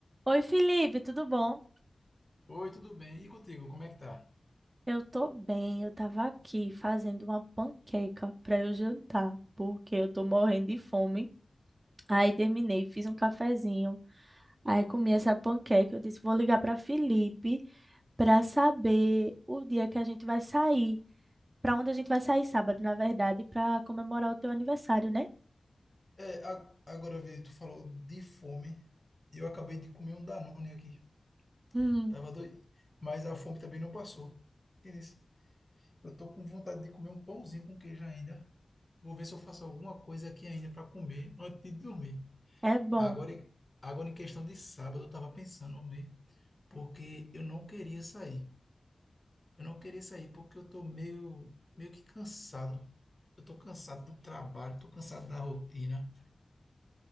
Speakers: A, on the right (about 40°); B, on the left (about 25°).
A: Oi, Felipe, tudo bom?
B: Oi, tudo bem? E contigo, como é que tá?
A: Eu tô bem, eu tava aqui fazendo uma panqueca pra eu jantar, porque eu tô morrendo de fome. Aí terminei, fiz um cafezinho, aí comi essa panqueca. Eu disse, vou ligar pra Felipe pra saber o dia que a gente vai sair, pra onde a gente vai sair sábado, na verdade, pra comemorar o teu aniversário, né?
B: É, a- agora, Vitor, tu falou de fome. e Eu acabei de comer um Danone aqui.
A: Hum,
B: Tava doido. Mas a fome também não passou. Entendeu? Eu tô com vontade de comer um pãozinho com queijo ainda. Vou ver se eu faço alguma coisa aqui ainda para comer antes de dormir.
A: é bom.
B: Agora, em- agora, em questão de sábado, eu tava pensando, ver, porque eu não queria sair. Eu não queria sair porque eu tô meio, meio que cansado. Eu tô cansado do trabalho, tô cansado da rotina.